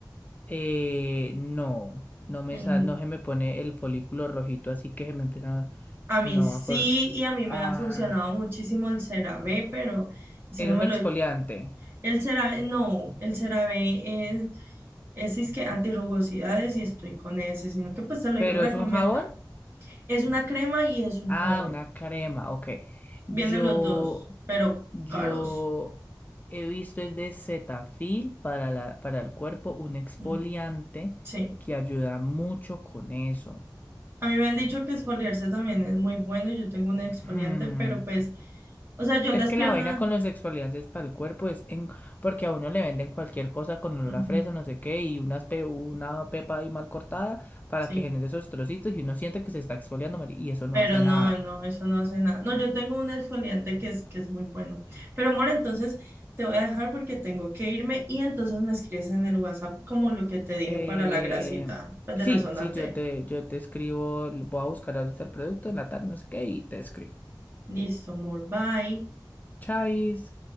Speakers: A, on the left; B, on the right.
A: Eh, no. No me
B: En-
A: sal- no se me pone el folículo rojito, así que se me empiezan.
B: a
A: No,
B: mí sí
A: a for...
B: y a mí
A: Ah,
B: me ha funcionado muchísimo el CeraVe, pero ese
A: era
B: no me
A: un exfoliante.
B: lo... El CeraVe, no, el CeraVe es Ese es que antirrugosidades y estoy con ese, sino que pues te lo
A: ¿Pero
B: iba a recomendar.
A: es un jabón?
B: Es una crema y es un
A: Ah,
B: jabón.
A: una crema, ok.
B: Vienen
A: Yo,
B: los dos, pero
A: yo
B: caros.
A: he visto es de Cetaphil para la, para el cuerpo, un exfoliante
B: Mm, Sí.
A: que ayuda mucho con eso.
B: A mí me han dicho que exfoliarse también es muy bueno. Yo tengo un exfoliante,
A: Hmm,
B: pero pues, o sea, yo las
A: Es que
B: piernas,
A: la vaina con los exfoliantes para el cuerpo es en, porque a uno le venden cualquier cosa con olor
B: ujú,
A: a fresa, no sé qué, y unas pe- una pepa ahí mal cortada para
B: sí.
A: que genere esos trocitos y uno siente que se está exfoliando, mari- y eso no
B: Pero
A: hace
B: no,
A: nada.
B: no, eso no hace nada. No, yo tengo un exfoliante que es, que es muy bueno. Pero amor, entonces te voy a dejar porque tengo que irme y entonces me escribes en el WhatsApp como lo que te dije
A: Eh,
B: para la grasita, pues
A: sí,
B: de la zona
A: sí, yo
B: T.
A: te, yo te escribo, voy a buscar ahorita el producto en la tarde, no sé qué, y te escribo.
B: Listo, amor, bye.
A: Chais.